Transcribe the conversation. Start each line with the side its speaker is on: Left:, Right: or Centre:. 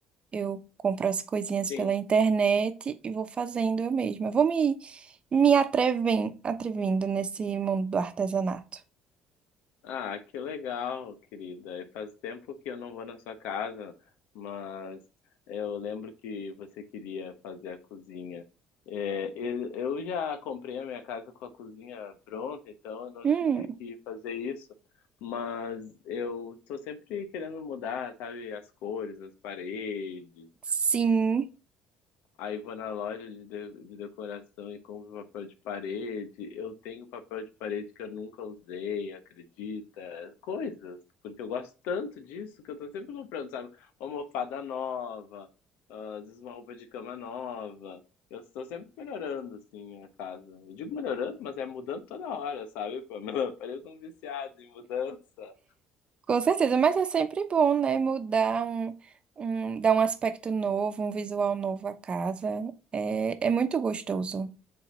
Right: Eu compro as coisinhas
Left: Sim.
Right: pela internet e vou fazendo eu mesma. Vou me, me atreven- atrevindo nesse mundo do artesanato.
Left: Ah, que legal, querida. E Faz tempo que eu não vou na sua casa, mas eu lembro que você queria fazer a cozinha. É, eu eu já comprei a minha casa com a cozinha pronta, então eu não
Right: Hum,
Left: tive que fazer isso. Mas eu estou sempre querendo mudar, sabe, as cores, as paredes,
Right: sim,
Left: Aí vou na loja de, de, de decoração e compro papel de parede. Eu tenho papel de parede que eu nunca usei, acredita? Coisas, porque eu gosto tanto disso que eu tô sempre comprando, sabe? Uma almofada nova, ah, às vezes uma roupa de cama nova. Eu estou sempre melhorando, assim, a casa. Eu digo melhorando, mas é mudando toda hora, sabe, Pamela? <laughs> Parece um viciado em mudança.
Right: com certeza. Mas é sempre bom, né? Mudar um, um, dar um aspecto novo, um visual novo à casa. É, é muito gostoso.